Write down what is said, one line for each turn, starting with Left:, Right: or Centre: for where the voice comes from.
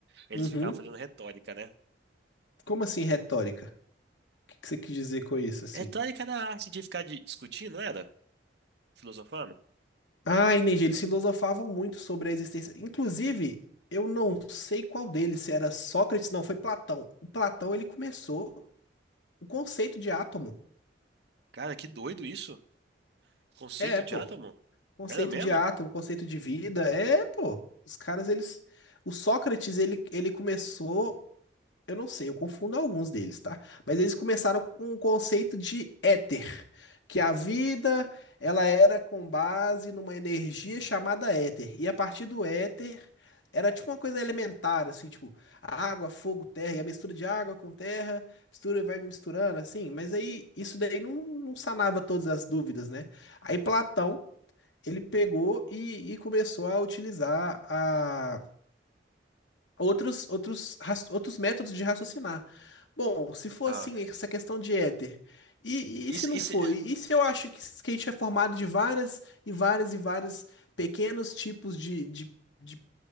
Right: eles
Left: Uhum.
Right: ficavam fazendo retórica, né?
Left: Como assim retórica? O que que você quis dizer com isso, assim?
Right: Retórica da arte de ficar de- discutindo, não era? Filosofando?
Left: Ah, entendi. Eles filosofavam muito sobre a existência. Inclusive, eu não sei qual deles, se era Sócrates, não, foi Platão. O Platão, ele começou o conceito de átomo.
Right: Cara, que doido isso. Conceito
Left: É, pô.
Right: de átomo?
Left: Conceito
Right: Era mesmo?
Left: de átomo, conceito de vida, é, pô. Os caras, eles. O Sócrates, ele, ele começou. Eu não sei, eu confundo alguns deles, tá? Mas eles começaram com o conceito de éter, que a vida, ela era com base numa energia chamada éter. E a partir do éter, era tipo uma coisa elementar, assim, tipo, água, fogo, terra, e a mistura de água com terra, mistura, vai misturando, assim. Mas aí, isso daí não, não sanava todas as dúvidas, né? Aí Platão ele pegou e, e começou a utilizar a outros, outros, ras- outros métodos de raciocinar. Bom, se for
Right: Ah,
Left: assim, essa questão de éter, e,
Right: isso,
Left: e se não
Right: isso,
Left: foi? E se eu acho que, que a gente é formado de várias e várias e várias pequenos tipos de, de, de